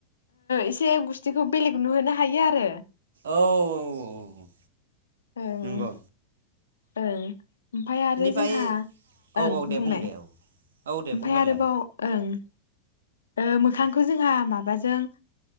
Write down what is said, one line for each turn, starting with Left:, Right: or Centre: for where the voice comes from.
Left: एसे गुस्थिखौ बेलेग नुहोनो हायो आरो
Right: औ
Left: ओं
Right: नंगौ
Left: ओं ओमफाय आरो
Right: बेनिफ्राय
Left: जोंहा
Right: औ
Left: ओं
Right: औ दे
Left: बुंनाय
Right: बुं दे
Left: ओमफाय
Right: औ औ दे बुंगोरलाय
Left: आरोबाव ओं ओ मोखांखौ जोंहा माबाजों